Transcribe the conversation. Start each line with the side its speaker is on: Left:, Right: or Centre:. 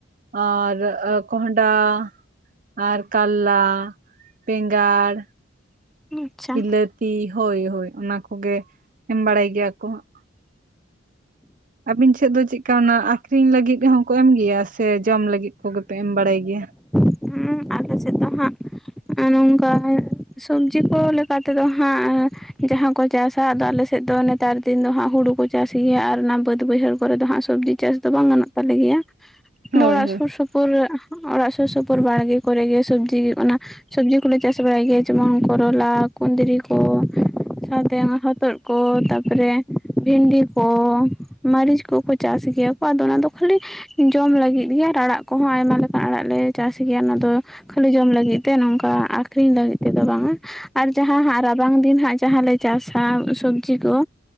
Right: ᱟᱨ ᱠᱚᱸᱦᱰᱟᱸ᱾ ᱟᱨ ᱠᱟᱞᱞᱟ ᱵᱮᱸᱜᱟᱲ,
Centre: ᱟᱪᱪᱷᱟ
Right: ᱵᱤᱞᱟᱹᱛᱤ ᱦᱳᱭ ᱦᱳᱭ ᱚᱱᱟ ᱠᱚᱜᱮ ᱮᱢ ᱵᱟᱲᱟᱭ ᱜᱮᱭᱟ ᱠᱚ ᱦᱟᱸᱜ᱾ ᱟᱵᱤᱱ ᱥᱮᱫ ᱫᱚ ᱪᱮᱫᱠᱟ ᱚᱱᱟ ᱟᱠᱷᱨᱤᱧ ᱞᱟᱹᱜᱤᱫ ᱦᱚᱸᱠᱚ ᱮᱢ ᱜᱮᱭᱟ ᱥᱮ ᱡᱚᱢ ᱞᱟᱹᱜᱤᱫ ᱠᱚᱜᱮᱯᱮ ᱮᱢ ᱵᱟᱲᱟᱭ ᱜᱮᱭᱟ?
Centre: ᱦᱩᱸ ᱟᱞᱮ ᱥᱮᱫ ᱫᱚ ᱦᱟᱸᱜ ᱱᱚᱝᱠᱟ ᱦᱩ ᱥᱚᱵᱡᱤ ᱠᱚ ᱞᱮᱠᱟ ᱛᱮᱫᱚ ᱦᱟᱸᱜ ᱮ ᱡᱟᱦᱟᱸ ᱠᱚ ᱪᱟᱥᱟ ᱟᱫᱚ ᱟᱞᱮ ᱥᱮᱫ ᱫᱚ ᱱᱮᱛᱟᱨ ᱫᱤᱱ ᱫᱚ ᱦᱟᱸᱜ ᱦᱩᱲᱩ ᱠᱚ ᱪᱟᱥ ᱜᱮᱭᱟ ᱟᱨ ᱚᱱᱟ ᱵᱟᱹᱫ ᱵᱟᱹᱭᱦᱟᱹᱲ ᱠᱚᱨᱮ ᱫᱚ ᱦᱟᱸᱜ ᱥᱚᱵᱽᱡᱤ ᱪᱟᱥ ᱫᱚ ᱵᱟᱝ ᱜᱟᱱᱚᱜ ᱛᱟᱞᱮ ᱜᱮᱭᱟ
Right: ᱦᱳᱭ
Centre: ᱚᱲᱟᱜ
Right: ᱦᱳᱭ
Centre: ᱥᱩᱨ ᱥᱩᱯ ᱯᱩᱱ ᱚᱲᱟᱜ ᱥᱩᱨ ᱥᱩᱯᱩᱨ ᱵᱟᱲᱜᱮ ᱠᱚᱨᱮ ᱜᱮ ᱥᱚᱵᱡᱤ ᱚᱱᱟ ᱥᱚᱵᱽᱡᱤ ᱠᱚᱞᱮ ᱪᱟᱥ ᱵᱟᱲᱟᱭ ᱜᱮᱭᱟ ᱡᱮᱢᱚᱱ ᱠᱚᱨᱚᱞᱟ ᱠᱩᱫᱽᱨᱤ ᱠᱚ ᱥᱟᱶᱛᱮ ᱦᱚᱛᱚᱫ ᱠᱚ ᱛᱟᱨᱯᱚᱨᱮ ᱵᱷᱤᱱᱰᱤ ᱠᱚ ᱢᱟᱹᱨᱤᱪ ᱠᱚᱠᱚ ᱪᱟᱥ ᱜᱮᱭᱟ ᱠᱚ ᱟᱫᱚ ᱚᱱᱟᱫᱚ ᱠᱷᱟᱹᱞᱤ ᱡᱚᱢ ᱞᱟᱹᱜᱤᱫ ᱜᱮ ᱟᱨ ᱟᱲᱟᱜ ᱠᱚᱦᱚᱸ ᱟᱭᱢᱟ ᱞᱮᱠᱟᱱ ᱟᱲᱟᱜ ᱞᱮ ᱪᱟᱥ ᱜᱮᱭᱟ ᱚᱱᱟᱫᱚ ᱠᱷᱟᱹᱞᱤ ᱡᱚᱢ ᱞᱟᱹᱜᱤᱫ ᱛᱮ ᱱᱚᱝᱠᱟ ᱟᱠᱷᱨᱤᱧ ᱞᱟᱹᱜᱤᱫ ᱛᱮᱫᱚ ᱵᱟᱝᱟ ᱟᱨ ᱡᱟᱸᱦᱟ ᱦᱟᱸᱜ ᱨᱟᱵᱟᱝ ᱫᱤᱱ ᱦᱟᱸᱜ ᱡᱟᱦᱟᱸᱞᱮ ᱪᱟᱥᱟ ᱥᱚᱵᱡᱤ ᱠᱚ